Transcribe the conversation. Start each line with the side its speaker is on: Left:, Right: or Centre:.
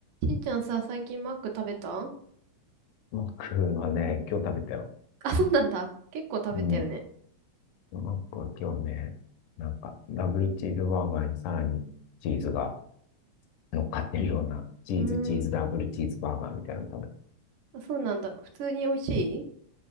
Right: しんちゃんさ、最近マック食べた <laughs>
Left: マックはね、今日食べたよ。
Right: あ、そうなんだ。結構食べてるね。
Left: うん。マックは今日ね、なんか、ダブルチーズバーガーにさらにチーズが乗っかってるような、チーズチーズダブルチーズバーガーみたいなの食べた。
Right: うーん。あ、そうなんだ。普通に美味しい